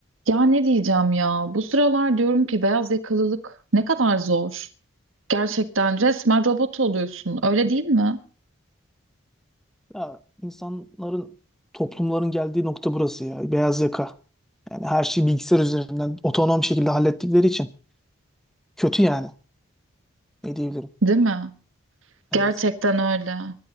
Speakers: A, on the right; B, in the centre.
A: Ya ne diyeceğim ya? Bu sıralar diyorum ki beyaz yakalılık ne kadar zor. Gerçekten resmen robot oluyorsun. Öyle değil mi?
B: Ya insanların, toplumların geldiği nokta burası ya. Beyaz yaka. Yani her şeyi bilgisayar üzerinden otonom şekilde hallettikleri için kötü yani. Ne diyebilirim?
A: Değil mi?
B: Evet.
A: Gerçekten öyle.